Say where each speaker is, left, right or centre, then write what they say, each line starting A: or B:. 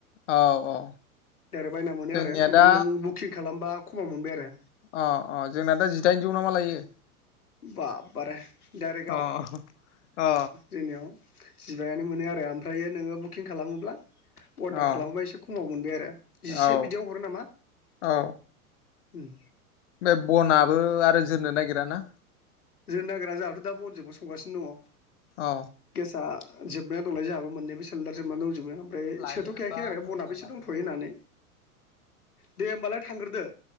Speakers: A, on the left; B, on the left.
A: औ औ
B: दाइरेक्त बायना मोनो
A: जोंनिया
B: आरो ओमफ्राय
A: दा
B: नों बुकिं खालामबा खमाव मोनबाय आरो
A: अ अ जोंना दा जिदाइनजौ नामा लायो
B: बा बारे डाइरेक्टआव
A: अ अ
B: जोंनियाव जिबायानो मोनो आरो ओमफ्रायो नोङो बुकिं खालामोब्ला अर्डार
A: अ
B: खालामोबा एसे खमाव मोनबाय आरो जिसे
A: औ
B: बिदियाव हरो नामा
A: औ
B: उम
A: बे बनाबो आरो जोरनो नागिरा ना
B: जोरनो नागिरा जोंहाथ' दा बनजोंबो संगासिनो दङ
A: औ
B: गेसा जोबबाय दंनाय जोंहाबो <unintelligible> सोलदार जोबनानै दंजोबो ओमफ्राय
A: लायोबा
B: सोथ'खायाखै आरो
A: दुइ
B: बनाबोसे
A: हाजार लाखा
B: दंथ'यो
A: हर
B: होननानै दे होमबालाय थांग्रोदो